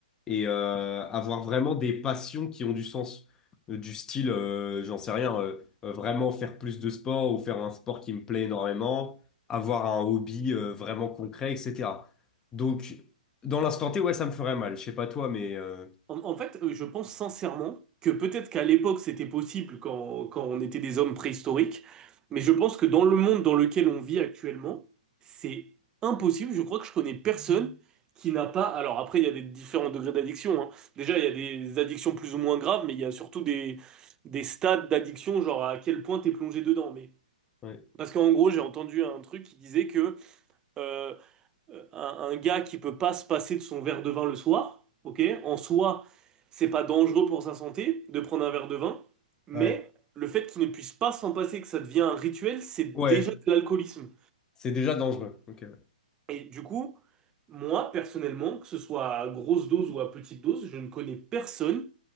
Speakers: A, on the left (about 15°); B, on the right (about 15°).
A: et euh, avoir vraiment des passions qui ont du sens euh, du style, euh, j'en sais rien, euh, euh, vraiment faire plus de sport ou faire un sport qui me plaît énormément, avoir un hobby euh, vraiment concret, etc. Donc, dans l'instant T, ouais, ça me ferait mal. Je sais pas toi, mais euh,
B: En, en fait, euh, je pense sincèrement que peut-être qu'à l'époque c'était possible quand, quand on était des hommes préhistoriques, mais je pense que dans le monde dans lequel on vit actuellement, c'est impossible. Je crois que je connais personne qui n'a pas. Alors après, il y a des différents degrés d'addiction, hein. Déjà, il y a des addictions plus ou moins graves, mais il y a surtout des, des stades d'addiction, genre à quel point t'es plongé dedans. Mais
A: ouais,
B: parce qu'en gros, j'ai entendu un truc qui disait que euh, euh, un, un gars qui peut pas se passer de son verre de vin le soir, ok? En soi, c'est pas dangereux pour sa santé de prendre un verre de vin, mais
A: Ouais.
B: le fait qu'il ne puisse pas s'en passer, que ça devient un rituel, c'est déjà
A: ouais,
B: de l'alcoolisme.
A: c'est déjà dangereux. Ok. Ouais,
B: Et du coup, moi, personnellement, que ce soit à grosse dose ou à petite dose, je ne connais personne